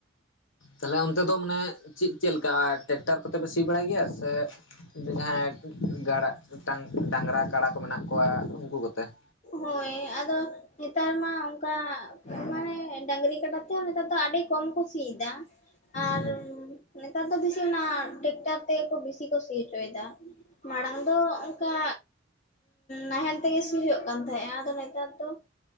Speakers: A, on the left; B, on the left.
A: ᱛᱟᱦᱚᱞᱮ ᱚᱱᱛᱮ ᱫᱚ ᱢᱟᱱᱮ ᱪᱤᱫ ᱪᱮᱞᱠᱟ ᱴᱨᱮᱠᱴᱟᱨ ᱠᱚᱛᱮ ᱯᱮ ᱥᱤ ᱵᱟᱲᱟᱭ ᱜᱮᱭᱟ, ᱥᱮ ᱡᱟᱦᱟᱸᱭ ᱜᱟᱲᱟ ᱴᱟᱝ ᱰᱟᱝᱨᱟ ᱠᱟᱲᱟ ᱠᱚ ᱢᱮᱱᱟᱜ ᱠᱚᱣᱟ ᱩᱝᱠᱩ ᱠᱚᱛᱮ ᱾
B: ᱦᱳᱭ ᱟᱫᱚ ᱱᱮᱛᱟᱨ ᱢᱟ ᱚᱝᱠᱟ ᱢᱟᱱᱮ ᱰᱟᱝᱨᱤ ᱠᱟᱰᱟ ᱛᱮᱦᱚᱸ ᱱᱮᱛᱟᱨ ᱫᱚ ᱟᱹᱰᱤ ᱠᱚᱢ ᱠᱚ ᱥᱤᱭ ᱫᱟ᱾ ᱟᱨ
A: ᱦᱮᱸ
B: ᱱᱮᱛᱟᱨ ᱫᱚ ᱵᱮᱥᱤ ᱚᱱᱟ ᱴᱮᱠᱴᱟᱨ ᱛᱮ‌ᱜᱮ ᱵᱤᱥᱤ ᱠᱚ ᱥᱤᱭ ᱦᱚᱪᱚᱭ ᱮᱫᱟ᱾ ᱢᱟᱲᱟᱝ ᱫᱚ ᱚᱝᱠᱟ ᱱᱟᱦᱮᱞ ᱛᱮᱜᱮ ᱥᱤ ᱦᱳᱭᱳᱜ ᱛᱮᱦᱮᱸ-ᱟ ᱟᱫᱚ ᱱᱮᱛᱟᱨ ᱫᱚ